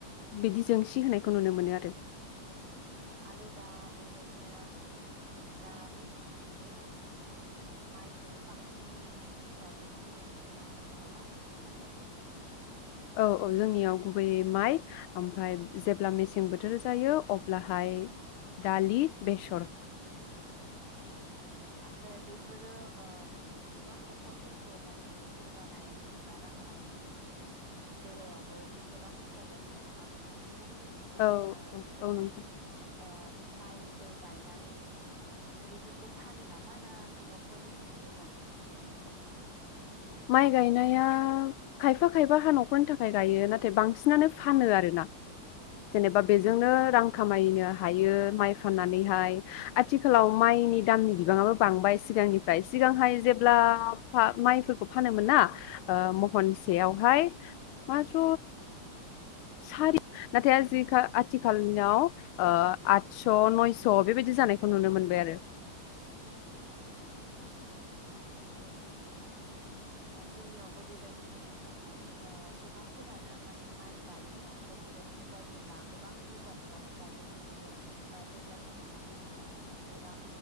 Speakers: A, on the left (about 75°); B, on the right (about 75°).
A: बिदि जोंसि होनायखौ नुनो मोनो आरो
B: औ आरो दा बेबायदिनो दानि थ ओम माइखौनो बांसिनै गायनायखौ नुनो मोनोना नामा नोंथांमोननियावबो
A: औ औ जोंनियाव गुबैयै माइ ओमफाय जेब्ला मेसें बोथोर जायो अब्लाहाय दालि बेसर
B: औ ओमफ्राय बेफोरो ओ बिदिनो गोबां नखरफोरखौ माने जौगानाय जेनेबा रांखान्थिनि बेलायावबो गोबां हेफाजाब होयो नङा होमबा नोंथांमोननि थिंजाय
A: औ
B: ओ
A: औ
B: बेबायदि
A: औ नंगौ
B: ओ माइफोर गायनानै बेफोरखौ फानो नामा ना नखरनि थाखायल गायो?
A: माइ गायनाया खायफा खायफा हा नखरनि थाखाय गायो नाथाय बांसिनानो फानो आरो ना जेनेबा
B: औ
A: बेजोंनो रां खामायनो हायो माइ फाननानैहाय आथिखालाव माइनि दामनि बिबाङाबो बांबाय सिगांनिफ्राय सिगांहाय जेब्ला माइफोरखौ फानोमोन ना ओ
B: औ
A: महनसेयावहाय मा स सारि नाथाय आजिखा आथिखालाव ओ आठस नयस बेबायदि जानायखौ नुनो मोनबाय आरो
B: औ ओ जोंनियावबो बेबायदिनो नोंथां माने ओ गोबांफोरानो माने माइ गायो ओमफ्राय बेबायदिनो जायफोरहा गोबां बुरजा बिबांनि गायो बिसोरो ओ जेब्ला समाव माने ओ एसे रां